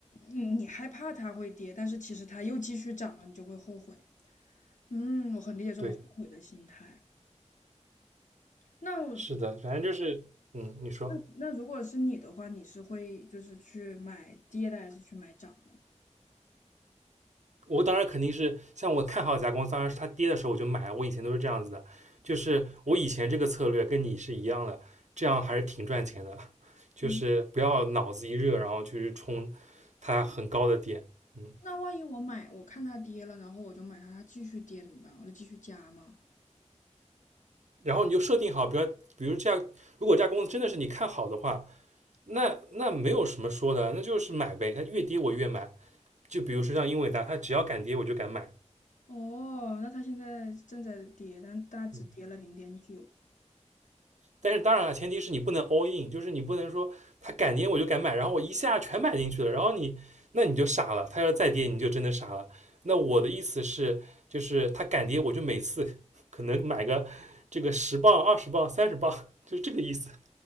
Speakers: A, on the left; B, on the right.
A: 你你害怕它会跌，但是其实它又继续涨了，你就会后悔。嗯，我很理解这种后悔的心态。
B: 对，
A: 那我
B: 是的，反正就是嗯，你说。
A: 那那如果是你的话，你是会就是去买跌的，还是去买涨的呢
B: 我当然肯定是像我看好一家公司，当然是它跌的时候我就买，我以前都是这样子的，就是我以前这个策略跟你是一样的，这样还是挺赚钱的，就是不要脑子一热然后去冲它很高的点，
A: 嗯，
B: 嗯，
A: 那万一我买，我看它跌了，然后我就买它，它继续跌怎么办？我就继续加吗？
B: 然后你就设定好，比如比如这样，如果这家公司真的是你看好的话，那那没有什么说的，那就是买呗，它越跌我越买，就比如说像英伟达，它只要敢跌我就敢买。
A: 哦，那它现在正在跌，但大只跌了零点九，
B: 嗯，但是当然了，前提是你不能 all in，就是你不能说它敢跌我就敢买，然后我一下全买进去了，然后你那你就傻了，它要再跌你就真的傻了。那我的意思是，就是它敢跌我就每次可能买个这个十磅、二十磅、三十磅，就是这个意思。